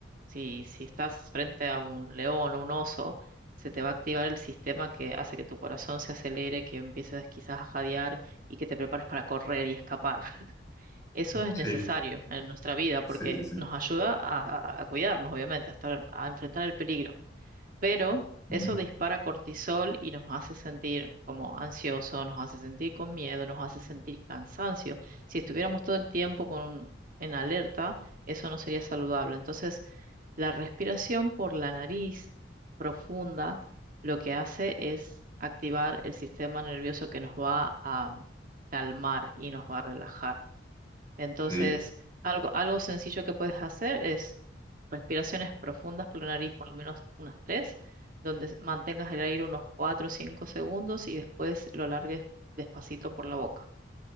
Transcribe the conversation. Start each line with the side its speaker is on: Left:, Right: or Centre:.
Right: Si, si estás frente a un león o un oso, se te va a activar el sistema que hace que tu corazón se acelere, que empieces quizás a jadear y que te prepares para correr y escapar. Eso es
Left: Sí,
Right: necesario en nuestra vida porque
Left: sí, sí, sí.
Right: nos ayuda a, a- a cuidarnos, obviamente, a estar, a enfrentar el peligro. Pero
Left: ujú,
Right: eso dispara cortisol y nos hace sentir como ansioso, nos hace sentir con miedo, nos hace sentir cansancio. Si estuviéramos todo el tiempo con, en alerta, eso no sería saludable. Entonces, la respiración por la nariz profunda lo que hace es activar el sistema nervioso que nos va a calmar y nos va a relajar. Entonces,
Left: Sí,
Right: algo, algo sencillo que puedes hacer es respiraciones profundas por la nariz, por lo menos unas tres, donde s- mantengas el aire unos cuatro o cinco segundos y después lo largues despacito por la boca.